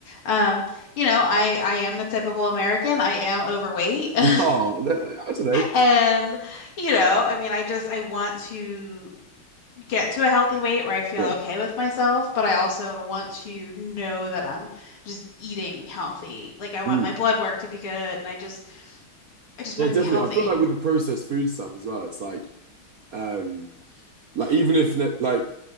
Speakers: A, on the left (about 85°); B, on the right (about 60°).
A: um, you know, I I am the typical American. I am overweight. <laughs>
B: <laughs> oh, I don't know.
A: And, you know, I mean, I just I want to get to a healthy weight where I feel
B: Sure.
A: okay with myself, but I also want to know that I'm just eating healthy. Like I want
B: Mm.
A: my blood work to be good, and I just I just
B: Yeah,
A: want
B: definitely.
A: to be healthy.
B: I feel like with the processed food stuff as well, it's like, um, like even if ne- like